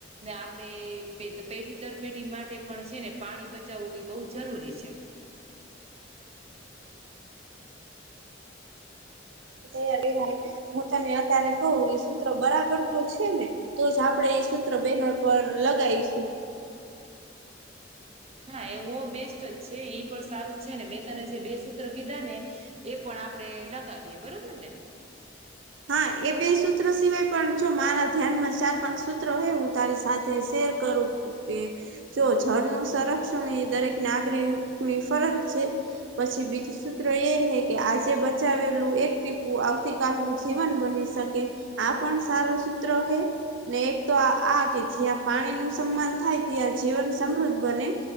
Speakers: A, on the right; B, on the right.
A: ને આપડે પેઢી દર પેઢી માટે પણ છે ને, પાણી બચાવવું એ બહુ જરૂરી છે.
B: તૈયાર હું તને અત્યારે કહું, એ સૂત્ર બરાબર તો છે ને. તો જ આપડે એ સૂત્ર બેનર પર લગાવીશું.
A: હા! એવો બેસ્ટ જ છે પણ સારું. છે ને મેં તને જે બે સૂત્ર કીધા ને એ પણ આપડે લગાવીએ બરોબર ને?
B: હા! એ બે સૂત્રો સિવાય પણ, જો મારા ધ્યાનમાં ચાર પાંચ સૂત્ર હોય હું તારી સાથે શેર કરું. કે જો જળનું સંરક્ષણ એ દરેક નાગરિકની ફરજ છે. પછી, બીજું સૂત્ર એ હે કે આજે બચાવેલું એક ટીપું આવતીકાલનું. જીવન બની શકે આ પણ સારું સૂત્ર હે. ને એક તો આ કે જ્યાં પાણી નું સન્માન થાય ત્યાં જીવન સમૃદ્ધ બને.